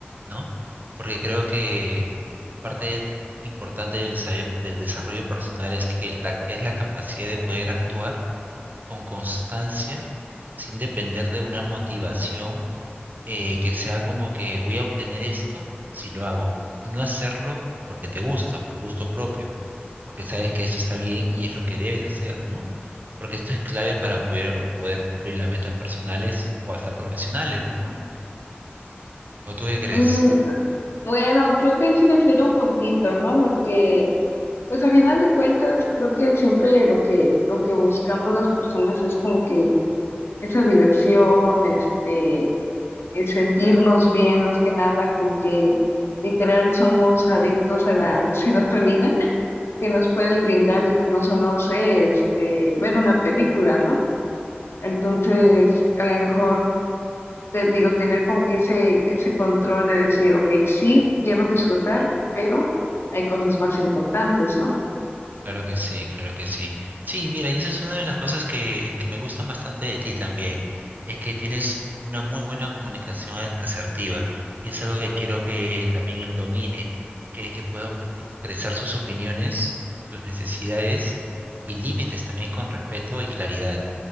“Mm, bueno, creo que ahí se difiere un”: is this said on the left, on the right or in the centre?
Left